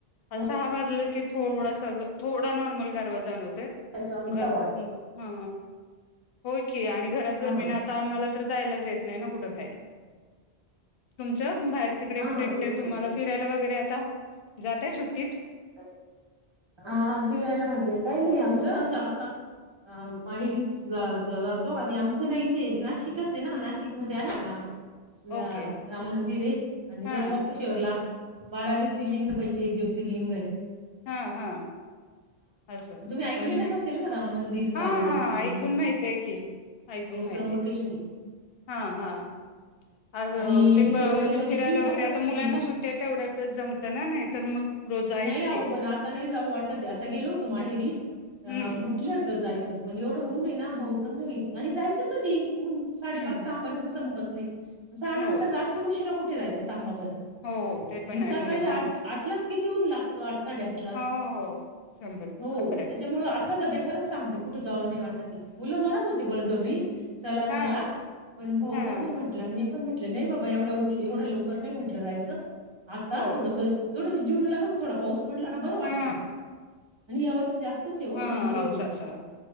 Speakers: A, on the right; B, on the left.
A: हो
B: सहा वाजलं की थोडसा थोडा नॉर्मल गारवा जाणवत <unintelligible>
A: जायचो आम्ही
B: घर
A: सव्वा आठ
B: हं हा हो की आणि घरात
A: हा
B: <unintelligible> आता
A: हा
B: आम्हाला तर जायलाच येत नाही ना
A: तेच
B: कुठं बाहेर तुमचं -- बाहेर तिकडे
A: हा
B: कुठे कुठे
A: तेच ना
B: तुम्हाला
A: तेच.
B: फिरायला वगैरे आता? जाते सुट्टीत
A: अ हा फिरायला म्हणजे काही नाही आमच असं आता माहेरीच जातो आणि आम नाही. ते नाशिकच हेना नाशिक मध्ये आहे. राम
B: ओके
A: मंदिर हे आणि
B: हा
A: त्र्यंबकेशोवरला बारा ज्योतिर्लिंग पैकी एक ज्योत तिर्लिंग हाईत.
B: हं हं असं
A: तुम्ही ऐकलेलंच
B: पण
A: असेल ना राम मंदिर बारा
B: हं
A: ज्योतिर्लिंग
B: हं ऐकून माहिती हाय की ऐकून
A: हो
B: माहिती
A: त्र्यंबकेश्वरला
B: हाय. हा हा. अं
A: आणि
B: ते
A: इथे वनिला
B: म्हणजे फिरायला
A: देवी आहे ना
B: वगैरे
A: सप्तशृंगी
B: आता मुलांना सुट्टी आहे तेवढ्यातच जमतं ना. नाही तर मग रोज आहेच
A: नाही
B: की
A: आहो पण आता नाही जाऊ वाटत आता गेलो होतो माहेरी हा
B: हम्म
A: म्हटलं होत जायचं पण एवढं ऊन आहे ना भाऊ पण नाही आणि जायचं कधी ऊन साडेपाच
B: हम्म
A: सहा पर्यंत संपत्त सहा नंतर
B: होय
A: रात्री उशीरा कुठ कुठे जायचं सांगा बरं
B: हो ते पण
A: आणि
B: आहे
A: सकाळी
B: मुलं
A: आठ आठलाच किती ऊन लाग आठ साडेआठलाच
B: हो हो शंभर
A: हो
B: खरं
A: त्याच्यामूळ आता सध्या खरंच सांगते कुठ जावं नाही वाटत आहे. मुलं म्हणत होती बळ जबरी चला चला
B: हा
A: पण भाऊ
B: हा
A: पण नाही म्हटलं. आणि मी पण म्हटल नाही बाबा एवढ्या उशी एवढ्या लवकर नाही म्हटलं जायचं. आता
B: हो
A: थोडस थोड जून लाग थोडा पाऊस पडला ना बरं वाटत.
B: हा
A: आणि यावर्षी जास्त डेंजर
B: हा पाऊस
A: ये
B: असा